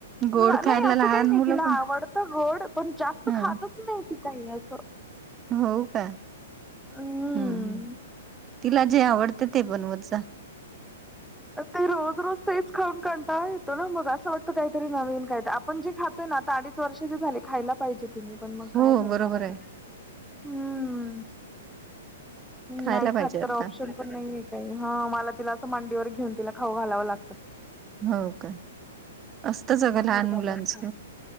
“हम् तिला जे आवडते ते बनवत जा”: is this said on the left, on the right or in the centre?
Right